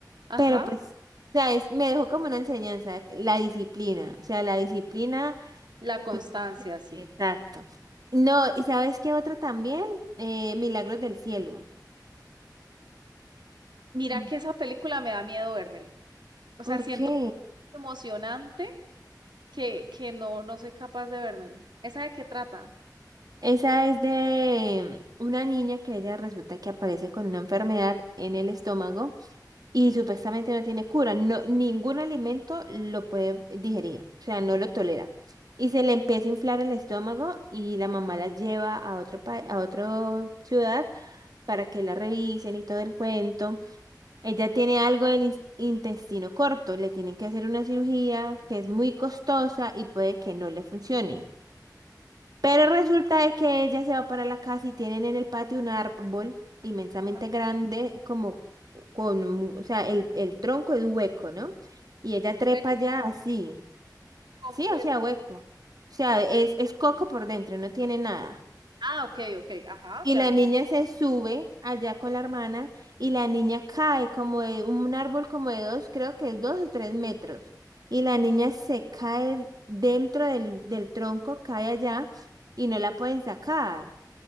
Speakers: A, on the right; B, on the right.
A: Ajá,
B: pero pues, o sea, es- me dejó como una enseñanza, la disciplina. O sea, la disciplina
A: La constancia,
B: Tú-
A: sí.
B: Exacto. No, ¿y sabes qué otra también? Eh, Milagros del Cielo.
A: Mira
B: Mm.
A: que esa película me da miedo vérmela. O sea,
B: ¿Por
A: siento
B: qué?
A: emocionante que, que no, no soy capaz de vérmela. ¿Esa de qué trata?
B: Esa es de una niña que ella resulta que aparece con una enfermedad en el estómago y supuestamente no tiene cura. No, ningún alimento lo puede digerir, o sea, no lo tolera. Y se le empieza a inflar el estómago y la mamá la lleva a otro pa- a otra ciudad para que la revisen y todo el cuento. Ella tiene algo del ins- intestino corto, le tienen que hacer una cirugía que es muy costosa y puede que no le funcione. Pero resulta de que ella se va para la casa y tienen en el patio un árbol inmensamente
A: Ajá.
B: grande, como con, mu- o sea, el, el tronco es hueco, ¿no? Y ella trepa
A: ¿Hueco?
B: allá
A: ¿Cómo
B: así,
A: cómo
B: sí,
A: hueco?
B: o sea, hueco. O sea, es, es coco por dentro, no tiene nada.
A: Ah, ok, ok, ajá,
B: Y
A: ya
B: la
A: entendí.
B: niña se sube allá con la hermana y la niña cae como de un árbol como de dos, creo que es dos o tres metros. Y la niña se cae dentro del, del tronco, cae allá y no la pueden sacar.